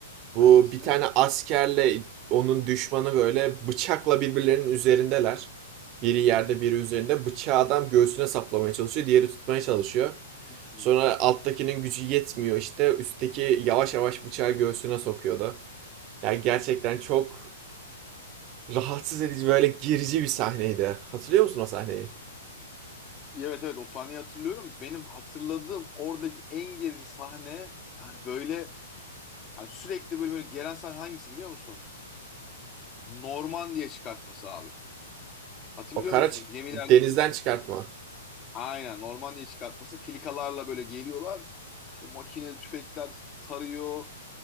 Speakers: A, on the right; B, on the left.
A: Bu
B: Hangisini?
A: bir tane
B: Hı
A: askerle onun düşmanı böyle bıçakla birbirlerinin üzerindeler. Biri yerde
B: hı.
A: biri üzerinde. Bıçağı adam göğsüne saplamaya çalışıyor. Diğeri tutmaya çalışıyor.
B: Hmm.
A: Sonra alttakinin gücü yetmiyor işte üstteki yavaş yavaş bıçağı göğsüne sokuyordu. Yani gerçekten çok rahatsız edici böyle gerici bir sahneydi. Hatırlıyor musun o sahneyi?
B: Evet evet o sahneyi hatırlıyorum. Benim hatırladığım oradaki en gerici sahne yani böyle hani sürekli böyle, böyle gelen sahne hangisi biliyor musun? Norman diye çıkartması abi. Hatırlıyor
A: O kara
B: musun?
A: çık-
B: Gemilerde
A: denizden çıkartma.
B: aynen Norman diye çıkartması. Filikalarla böyle geliyorlar. İşte makineli tüfekler tarıyor.